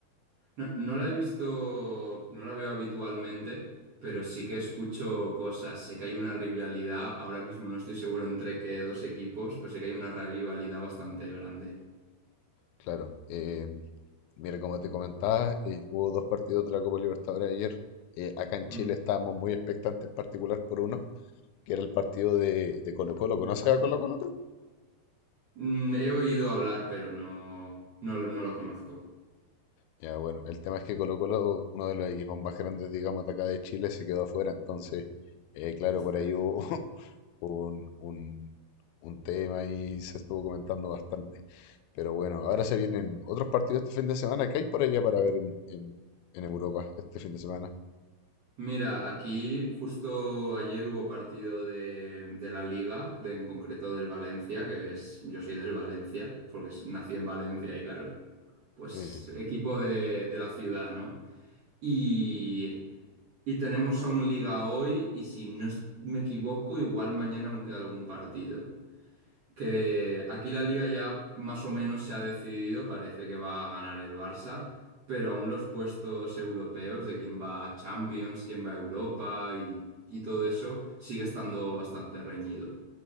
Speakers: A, on the right; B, on the left.
A: No, no la he visto, no la veo habitualmente, pero sí que escucho cosas. Sé que hay una rivalidad, ahora mismo no estoy seguro entre qué dos equipos, pero sé que hay una rivalidad bastante grande.
B: Claro. eh, mira, como te comentaba, eh, hubo dos partidos de la Copa Libertadores ayer. Eh, acá en
A: Mm.
B: Chile estábamos muy expectantes, en particular por uno, que era el partido de, de Colo-Colo. ¿Conoces a Colo-Colo tú?
A: Mm, he oído hablar, pero no, no, lo no lo conozco.
B: Ya, bueno, el tema es que Colo Colo, uno de los equipos más grandes, digamos, de acá de Chile, se quedó afuera. Entonces, eh, claro,
A: Ostras.
B: por ahí hubo <laughs> un, un, un tema y se estuvo comentando bastante. Pero bueno, ahora se vienen otros partidos este fin de semana. ¿Qué hay por allá para ver en, en, en Europa este fin de semana?
A: Mira, aquí justo ayer hubo partido de, de la Liga, de- en concreto del Valencia, que es, yo soy del Valencia, porque es- nací en Valencia y claro. pues
B: Eh,
A: equipo de, de la ciudad, ¿no? Y, y tenemos aún liga hoy y si no es- me equivoco, igual mañana aún queda algún partido. Que aquí la liga ya más o menos se ha decidido, parece que va a ganar el Barça, pero aún los puestos europeos de quién va a Champions, quién va a Europa y, y todo eso sigue estando bastante reñido.